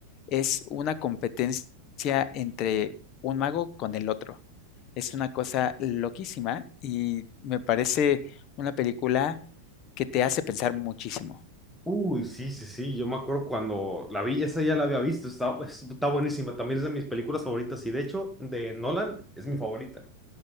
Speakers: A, on the left; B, in the centre.
A: es una competencia entre un mago con el otro. Es una cosa loquísima y me parece una película que te hace pensar muchísimo.
B: Uy, sí, sí, sí. Yo me acuerdo cuando la vi, esa ya la había visto. Está, es- está buenísima. También es de mis películas favoritas y de hecho, de Nolan es mi favorita.